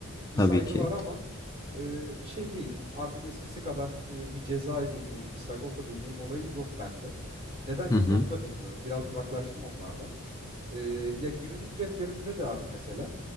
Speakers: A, on the right; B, on the left.
A: bir
B: Tabii
A: saygı
B: ki.
A: var ama e, şey değil. Artık eskisi kadar e, bir Ceza'yı dinleyeyim, bir Sagopa dinleyeyim olayı yok bende. Neden
B: Hı
A: yok
B: hı.
A: onu da bilmiyorum. Biraz uzaklaştım onlardan. E, ya günümüz raplerinde de abi mesela